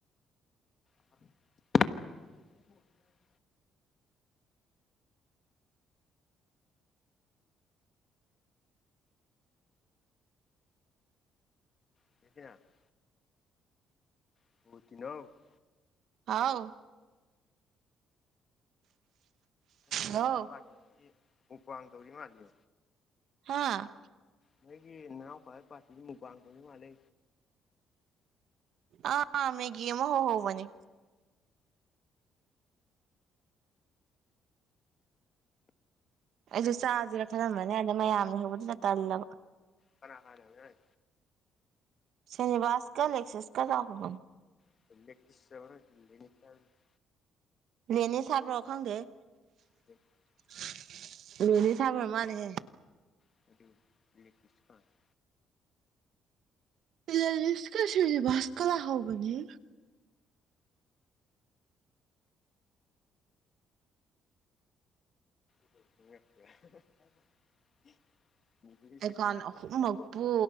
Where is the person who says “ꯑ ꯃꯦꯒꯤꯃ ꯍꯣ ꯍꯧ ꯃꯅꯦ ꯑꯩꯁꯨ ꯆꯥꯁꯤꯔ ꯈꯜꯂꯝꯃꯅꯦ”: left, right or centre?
Right